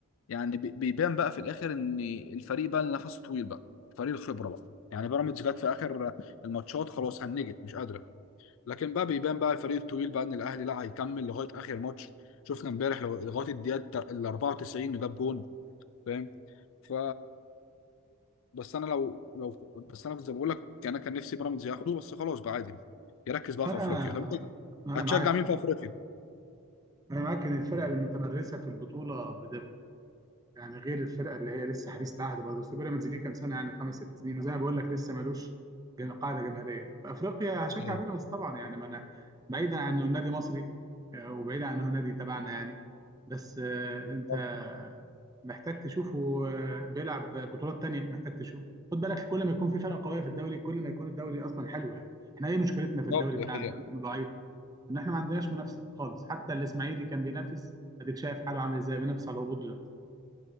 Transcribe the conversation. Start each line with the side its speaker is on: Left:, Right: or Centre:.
Left: يعني بي- بيبان بقى في الاخر ان الفريق بقى اللي نفسه طويل بقى فريق الخبره بقى يعني بيراميدز جت في اخر الماتشات خلاص هنجت مش قادره لكن بقى بيبان بقى الفريق الطويل بقى ان الاهلي لا هيكمل لغايه اخر ماتش شفنا امبارح لو- لغايه الدقيقه الت- ال 94 جاب جون فاهم ف بس انا لو لو بس انا زي ما بقول لك انا كان نفسي بيراميدز ياخده بس خلاص بقى عادي يركز بقى
Right: فانا
Left: في افريقيا طب انت
Right: انا
Left: هتشجع
Right: معاك
Left: مين
Right: يعني
Left: في افريقيا؟
Right: انا معاك ان الفرق المتمرسه في البطوله يعني غير الفرقه اللي هي لسه حديث العهد برضه بس بيراميدز ليه كام سنه يعني خمس ست سنين زي ما بقول لك لسه ملوش جم- قاعده جماهيريه في افريقيا هشجع
Left: ايوه
Right: بيراميدز طبعا يعني ما انا بعيدا عن انه نادي مصري آه، وبعيدا عن انه نادي تبعنا يعني بس آه،
Left: بالظبط
Right: انت محتاج تشوفه آه، بيلعب بطولات تانية محتاج تشوفه خد بالك كل ما يكون في فرقه قويه في الدوري كل ما يكون الدوري اصلا حلو يعني احنا ايه مشكلتنا في
Left: بالظبط
Right: الدوري بتاعنا
Left: دي حقيقة.
Right: انه ضعيف ان احنا ما عندناش منافسه خالص حتى الاسماعيلي كان بينافس اديك شايف حاله عامل ازاي بينافس على الهبوط دلوقتي